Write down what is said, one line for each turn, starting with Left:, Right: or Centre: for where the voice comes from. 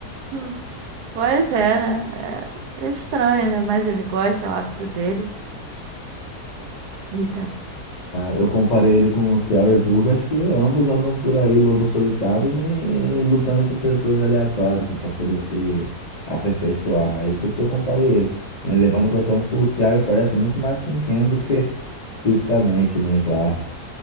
Right: Hum, Pois é, né? É é estranho, né? Mas ele gosta, é o hábito dele. Eita.
Left: É, eu comparei ele com o Terry Burgess, porque ambos andam por aí, lobos solitários, e, e lutando com pessoas aleatórias para poder se aperfeiçoar. Aí por isso que eu comparei ele. E levando em consideração que o Terry parece muito mais com o Ken do que <laughs> fisicamente, né? Claro.